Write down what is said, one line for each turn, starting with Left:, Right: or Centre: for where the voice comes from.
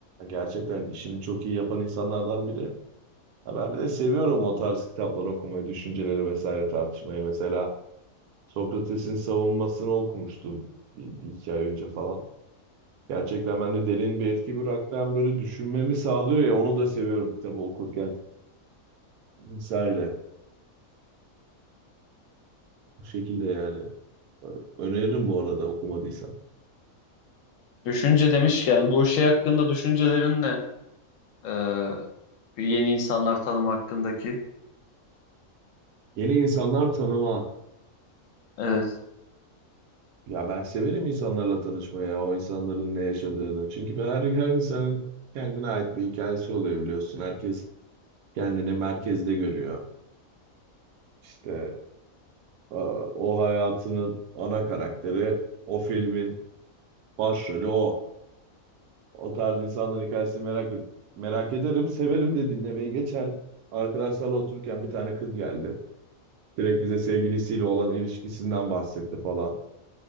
Right: gerçekten işini çok iyi yapan insanlardan biri. Ha, ben bir de seviyorum o tarz kitapları okumayı, düşünceleri vesaire tartışmayı mesela. Sokrates'in savunmasını okumuştum bir, bir iki ay önce falan. Gerçekten bende derin bir etki bıraktı. Hem böyle düşünmemi sağlıyor ya onu da seviyorum kitabı okurken vesaire. Bu şekilde yani. Öneririm bu arada okumadıysan.
Left: Düşünce demişken bu şey hakkında düşüncelerin ne? Ee, yeni insanlar tanım hakkındaki.
Right: Yeni insanlar tanıma.
Left: Evet.
Right: Ya ben severim insanlarla tanışmaya, o insanların ne yaşadığını. Çünkü ben her, her insanın kendine ait bir hikayesi oluyor biliyorsun. Herkes kendini merkezde görüyor. İşte e, o hayatının ana karakteri o filmin Başrolü o. O tarz insanların hikayesini merak ed- merak ederim. Severim de dinlemeyi. Geçen arkadaşlarla otururken bir tane kız geldi. Direkt bize sevgilisiyle olan ilişkisinden bahsetti falan.